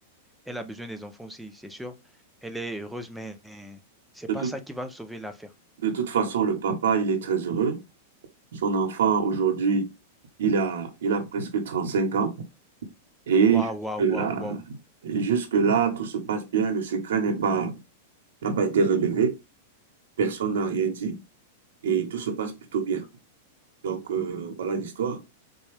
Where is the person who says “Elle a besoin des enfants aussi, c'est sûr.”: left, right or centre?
Centre